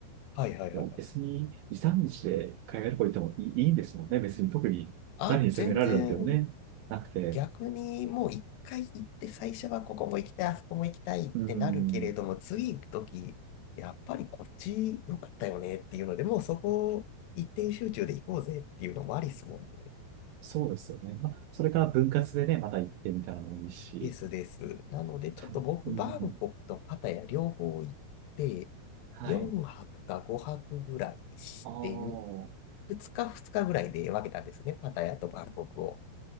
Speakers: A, on the left; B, on the right.
A: はいはいはいはい。
B: でも別に、時短日で海外旅行行ってもいい、いいんですもんね。別に特に誰に責められるわけでもね、
A: あ、全然
B: なくて。
A: 逆にもう一回行って最初はここも行きたい、あそこも行きたいってなるけれども、
B: うーん、
A: 次行く時、やっぱりこっち良かったよねっていうので、もうそこを一点集中で行こうぜっていうのもありっすもんね。
B: そうですよね。まあ、それから分割でね、また行ってみたらもいいし。
A: ですです。なので、ちょっと僕、
B: たうん、
A: バンコクとパタヤ両方行って、
B: はい。
A: 4泊か5泊ぐらいして、
B: ああ、
A: 2日2日ぐらいで分けたんですね、パタヤとバンコクを。